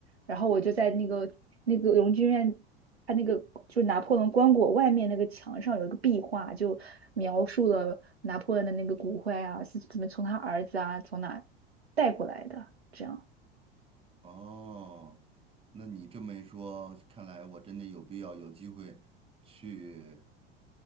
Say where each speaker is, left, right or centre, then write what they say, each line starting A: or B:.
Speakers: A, on the right; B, on the right.
A: 然后我就在那个那个荣军院。他那个就是拿破仑棺椁外面那个墙上有一个壁画，就描述了拿破仑的那个骨灰啊，是怎么从他儿子啊从哪带过来的，这样。
B: 哦，那你这么一说，看来我真的有必要有机会去。